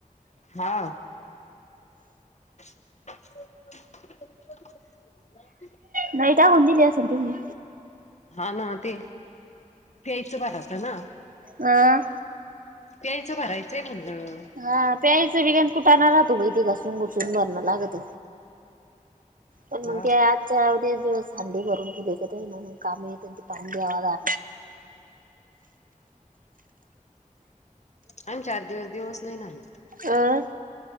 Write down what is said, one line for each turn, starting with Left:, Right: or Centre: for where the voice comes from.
Left: हा. <unintelligible>
Right: नाही का होऊन दिली असं तुम्ही.
Left: हा ना ते पियाचा भरात ना.
Right: आं
Left: पेयायचा भरायचंय म्हणलं.
Right: हा प्यायचं बी गन कुठाणार राहतो बहि ते घासून घुसून भरणं लागत. पण मग
Left: हा
Right: ते आजच्या अवद्या दिवस हंडी भरून ठेवले का ते ना म कामं येतेन तेपाणी द्यावाला.
Left: आणि चार दिवस दिवस नाही नाही.
Right: अं